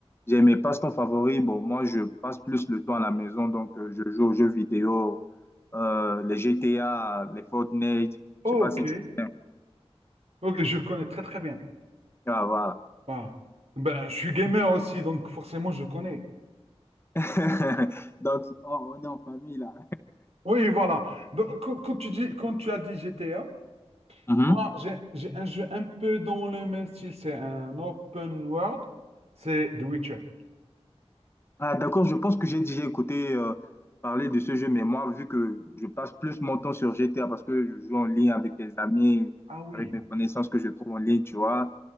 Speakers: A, on the left; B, on the right.
A: j'ai mes passe-temps favoris. Bon, moi, je passe plus le temps à la maison. Donc, euh, je joue aux jeux vidéo, euh, les GTA, les Fortnite.
B: Ok,
A: Je sais pas si tu connais.
B: ok, je connais très très bien.
A: Ah, voilà.
B: Ah. Ben, je suis gamer aussi, donc forcément, je connais.
A: <laughs> Donc, on on est en famille là.
B: Oui, voilà. Donc, quand quand tu dis, quand tu as dit GTA,
A: Mhm.
B: Moi, j'ai j'ai un jeu un peu dans le même style. C'est un open world. C'est The Witcher.
A: Ah, d'accord, je pense que j'ai déjà écouté euh, parler de ce jeu, mais moi, vu que je passe plus mon temps sur GTA parce que je joue en ligne avec des amis,
B: Ah oui,
A: avec mes connaissances que je trouve en ligne, tu vois,